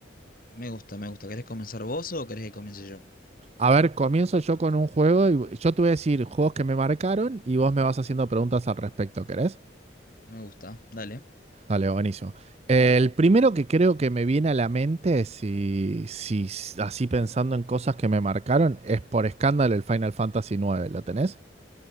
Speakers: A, on the left (about 45°); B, on the right (about 35°).
A: Me gusta, me gusta. ¿Querés comenzar vos o querés que comience yo?
B: A ver, comienzo yo con un juego y yo te voy a decir juegos que me marcaron y vos me vas haciendo preguntas al respecto, ¿querés?
A: Me gusta, dale.
B: Dale, buenísimo. El primero que creo que me viene a la mente, si, si así pensando en cosas que me marcaron, es por escándalo el Final Fantasy nueve. ¿Lo tenés?